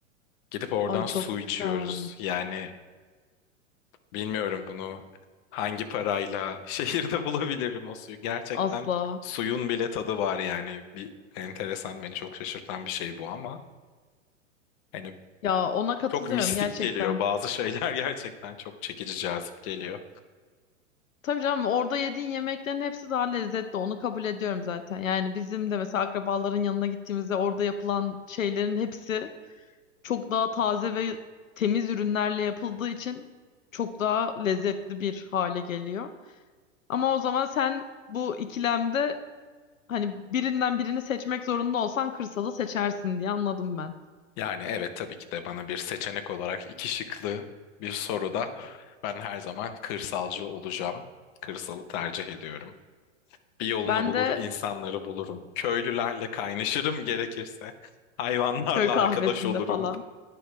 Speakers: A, on the left (about 40°); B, on the left (about 80°).
A: Gidip oradan
B: Ay
A: su
B: çok güzel.
A: içiyoruz. Yani Bilmiyorum bunu hangi parayla <laughs> şehirde bulabilirim o suyu. Gerçekten
B: Asla.
A: suyun bile tadı var yani. Bir enteresan beni çok şaşırtan bir şey bu ama hani
B: Ya ona katılıyorum
A: çok mistik
B: gerçekten.
A: geliyor. Bazı şeyler <laughs> gerçekten çok çekici cazip geliyor.
B: Tabii canım orada yediğin yemeklerin hepsi daha lezzetli. Onu kabul ediyorum zaten. Yani bizim de mesela akrabaların yanına gittiğimizde orada yapılan şeylerin hepsi çok daha taze ve temiz ürünlerle yapıldığı için çok daha lezzetli bir hale geliyor. Ama o zaman sen bu ikilemde hani birinden birini seçmek zorunda olsan kırsalı seçersin diye anladım ben.
A: Yani evet tabii ki de bana bir seçenek olarak iki şıklı bir soruda ben her zaman kırsalcı olacağım. Kırsalı tercih ediyorum. Bir yolunu
B: Ben
A: bulur,
B: de
A: insanları bulurum. Köylülerle kaynaşırım gerekirse. Hayvanlarla
B: köy kahvesinde
A: arkadaş olurum.
B: falan.